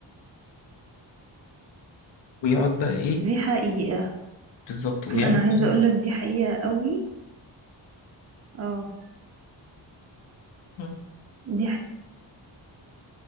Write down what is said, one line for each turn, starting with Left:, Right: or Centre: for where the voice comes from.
Left: ويقعد بقى إيه
Right: دي حقيقة
Left: بالظبط
Right: <laughs>
Left: ويقعد
Right: انا عايزة
Left: بقى
Right: اقول لك دي حقيقة قوي اه
Left: إيه
Right: دي حقيقة